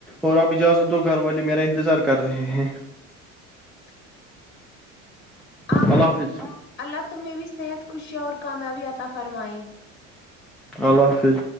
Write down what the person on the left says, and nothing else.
<inaudible> آمین
اللہ تمہیں بھی صحت خوشیاں اور کامیابی عطا فرمائے